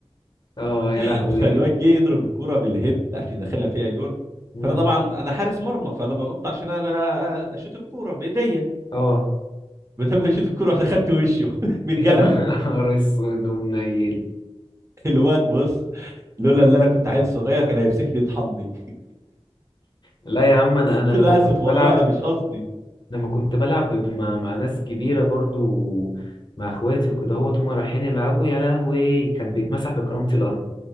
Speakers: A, on the left; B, on the right.
A: اه يا
B: <laughs>
A: لهوي
B: فالواد جه يضرب الكوره بالهيد عشان يدخلها فيها جون
A: مم.
B: فانا طبعا انا حارس مرمى فانا بنط عشان أ- اشوط الكوره بايديا
A: اه
B: بدل ما اشوط الكوره رحت اخدت وشه <laughs> بالقلم
A: <laughs> يا نهار اسود ومنيل
B: الواد بص لولا اللي انا كنت عيل صغير كان هيمسكني يطحني
A: لا يا عم انا
B: قلت
A: انا لما
B: له
A: كنت
B: اسف
A: بلعب
B: والله انا مش قصدي
A: لما كنت بلعب ب- مع, مع ناس كبيرة برضو مع اخواتي وكده هوت هما رايحين يلعبوا يا لهوي كان بيتمسح بكرامة الارض